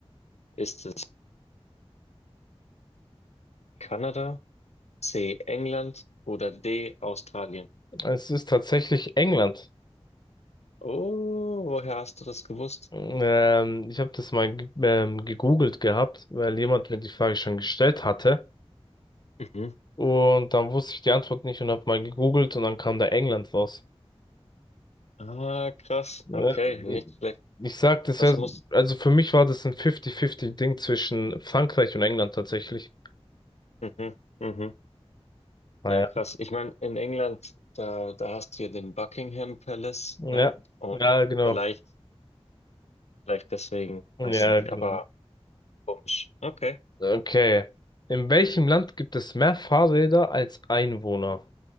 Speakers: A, on the left (about 80°); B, on the left (about 40°).
A: Ist es Kanada, C. England oder D. Australien?
B: Es ist tatsächlich England.
A: Oh, woher hast du das gewusst?
B: Ähm, ich habe das mal ge- ähm, gegoogelt gehabt, weil jemand mir die Frage schon gestellt hatte.
A: Mhm.
B: Und dann wusste ich die Antwort nicht und habe mal gegoogelt und dann kam da England raus.
A: Ah, krass.
B: Ne?
A: Okay, nicht
B: Ich,
A: schlecht.
B: ich sag, das
A: Das
B: wär,
A: muss.
B: also für mich war das ein 50-50-Ding zwischen Frankreich und England tatsächlich.
A: Mhm. Mhm.
B: Naja.
A: Ja, krass. Ich meine, in England, da, da hast du ja den Buckingham Palace, ne?
B: Ja,
A: Und
B: ja, genau.
A: vielleicht, vielleicht deswegen,
B: Ja,
A: weiß nicht,
B: genau.
A: aber komisch. Okay.
B: Okay. In welchem Land gibt es mehr Fahrräder als Einwohner?